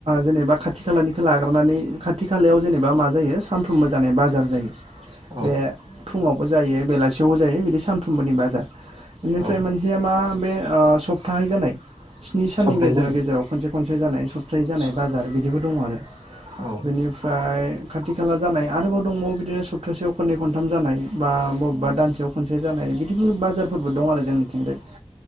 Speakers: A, on the right; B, on the right.
A: जेनेबा खाथि खालानिखौ लाग्रोनानै खाथि खालायाव जेनेबा मा जायो सानफ्रोमबो जानाय बाजार जायो
B: औ
A: बे फुङावबो जायो बेलासि सोयाव जायो बिदि सानफ्रोमबोनि बाजार बेनिफ्राय
B: औ
A: मोनसेया मा बे सप्ताहै जानाय स्नि साननि
B: सप्ताहै
A: गेजेराव
B: जानाय
A: गेजेराव खनसे खनसे जानाय सत फ्रै जानाय बाजार बिदिबो दङ आरो
B: औ
A: बेनिफ्राय
B: <inaudible>
A: खाथि खाला जानाय आरोबाव दंबावो बिदिनो सप्तासेयाव खननै खनथाम जानाय बा बबेबा दानसेयाव खनसे जानाय बि बेफोर बाजारफोरबो दं आरो जोंनिथिंजाय